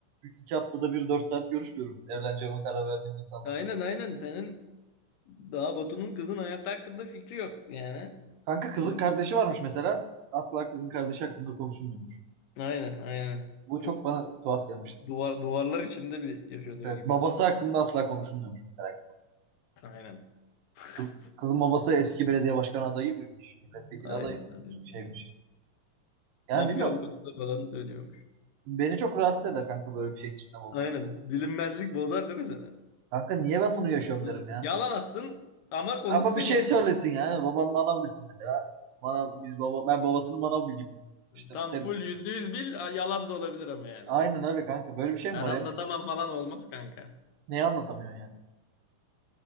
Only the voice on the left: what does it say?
aynen aynen senin daha Batu'nun kızın hayatı hakkında fikri yok yani.
Çok
aynen aynen.
Çok
duvar duvarlar içinde bir yaşanıyor
gibiydi.
Aynen. <laughs>
Aynen.
aynen.
Mafya
avukatlığı falan dönüyormuş.
Aynen. Bilinmezlik bozar değil mi sana?
Hı.
Yalan atsın ama konuşsun
yani.
Tam
full yüzde yüz bil a- yalan da olabilir ama yani.
Ben
anlatamam
falan olmaz kanka.